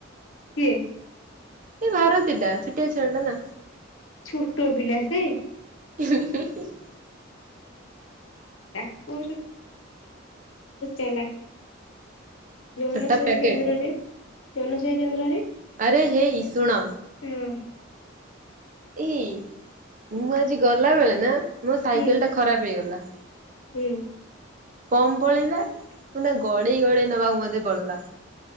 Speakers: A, on the left; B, on the right.
A: କିଏ?
B: ଏ ଭାରତୀ ଟା ଛୁଟିଆ ଛୁଆ ଟା ନା।
A: ଛୋଟ ପିଲା ସେ?
B: <inaudible>
A: <unintelligible> ବହୁତ୍ ଚାଲାକ୍। ଜନସେବା
B: ଛୋଟା ପ୍ୟାକେଟ
A: କେନ୍ଦ୍ରରେ ଜନସେବା କେନ୍ଦ୍ରରେ
B: ଆରେ ହେଇ ଶୁଣ।
A: ଉଁ।
B: ଏ ମୁଁ ଆଜି ଗଲା ବେଳେ ନା ମୋ ସାଇକେଲ
A: ହୁଁ
B: ଟା ଖରାପ ହେଇଗଲା।
A: ହୁଁ।
B: ପମ୍ପ ପଳେଇଲା। ମୁଁ ତାକୁ ଗଡେଇ ଗଡେଇ ନବାକୁ ମୋତେ ପଡିଲା।